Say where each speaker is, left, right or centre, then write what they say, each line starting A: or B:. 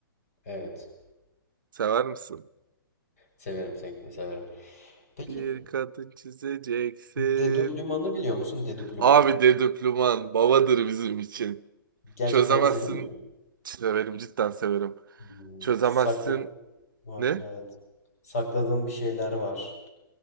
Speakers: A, on the left; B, on the right.
A: Evet.
B: Sever misin?
A: Severim sevgilim severim. Peki
B: Bir kadın çizeceksin.
A: Dedublüman'ı biliyor musun? Dedublüman.
B: Abi Dedüplüman babadır bizim için.
A: Gerçekten
B: Çözemezsin.
A: seviyor musun?
B: Severim cidden severim.
A: Hmm,
B: Çözemezsin.
A: Sakla var
B: Ne?
A: evet. Sakladığın bir şeyler var.